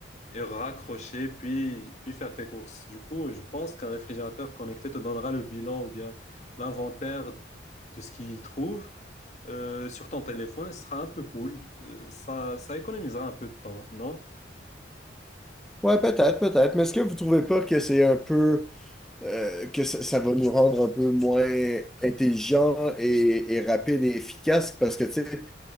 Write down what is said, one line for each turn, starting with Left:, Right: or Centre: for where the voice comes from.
Left: et raccrocher, puis, puis faire tes courses. Du coup, je pense qu'un réfrigérateur connecté te donnera le bilan ou bien l'inventaire de ce qu'il trouve euh, sur ton téléphone, et ce sera un peu cool. Euh, ça, ça économisera un peu de temps, non?
Centre: Ouais, peut-être, peut-être. Mais est-ce que vous trouvez pas que c'est un peu euh, que ça, ça va nous rendre un peu moins intelligents et, et rapides et efficaces parce que, tu sais,